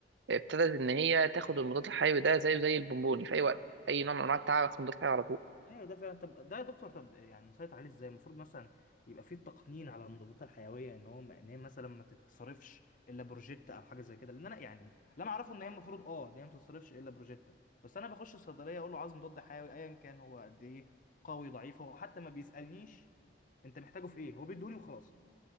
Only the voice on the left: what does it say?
ايوه ده فعلا طب ده يا دكتور طب يعني نسيطر عليه ازاي المفروض مثلا يبقى فيه تقنين على المضادات الحيويه ان هو ان هي مثلا ما تتصرفش الا بروجيتا او حاجه زي كده لان انا يعني اللي انا اعرفه ان هي المفروض اه ان هي ما تتصرفش الا بروجيتا بس انا بخش الصيدليه اقول له عايز مضاد حيوي ايا كان هو قد ايه قوي ضعيف هو حتى ما بيسالنيش انت محتاجه في ايه هو بيدوني وخلاص